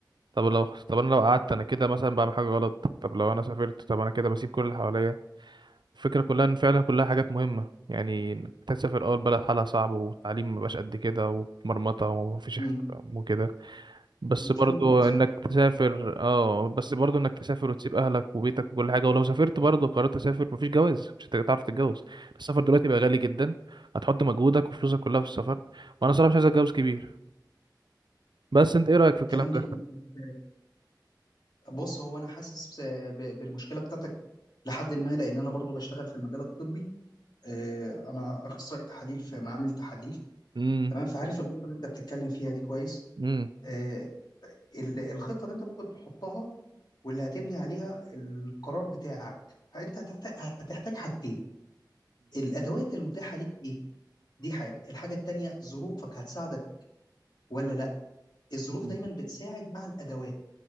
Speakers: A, on the right; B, on the left.
A: طب لو طب انا لو قعدت انا كده مثلا بعمل حاجه غلط طب لو انا سافرت طب انا كده بسيب كل اللي حواليا الفكره كلها ان فعلا كلها حاجات مهمه يعني انك تسافر اول بلد حالها صعب والتعليم مبقاش قد كده ومرمطه ومفيش احترام
B: امم
A: وكده بس
B: انا
A: برضو
B: فاهم قصدك
A: انك تسافر
B: في النقطة دي.
A: اه بس برضو انك تسافر وتسيب اهلك وبيتك وكل حاجه ولو سافرت برضو قررت اسافر مفيش جواز مش هتعرف تتجوز السفر دلوقتي بقى غالي جدا هتحط مجهودك وفلوسك كلها في السفر وانا صراحه مش عايز اتجوز كبير بس انت ايه رايك في الكلام
B: كلام جميل
A: ده
B: بس بص هو انا حاسس ب- بالمشكله بتاعتك لحد ما لان انا برضو بشتغل في المجال الطبي آه، انا اخصائي تحاليل في معامل تحاليل
A: امم
B: تمام فعارف النقطه اللي انت بتتكلم فيها دي كويس
A: امم
B: آه، ال- الخطه اللي انت ممكن تحطها واللي هتبني عليها القرار بتاعك انت هتحتاج هتحتاج حاجتين الادوات المتاحه ليك ايه دي حاجة الحاجة التانية ظروفك هتساعدك ولا لا الظروف
A: مم.
B: دايما بتساعد مع الأدوات